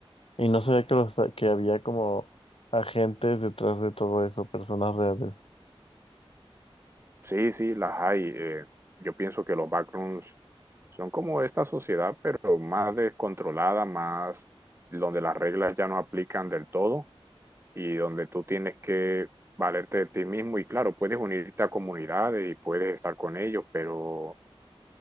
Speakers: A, on the left; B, on the right.
A: Y no sabía que, los, que había como agentes detrás de todo eso, personas reales.
B: Sí, sí, las hay. eh, yo pienso que los backrooms son como esta sociedad, pero más descontrolada, más donde las reglas ya no aplican del todo y donde tú tienes que valerte de ti mismo. Y claro, puedes unirte a comunidades y puedes estar con ellos, pero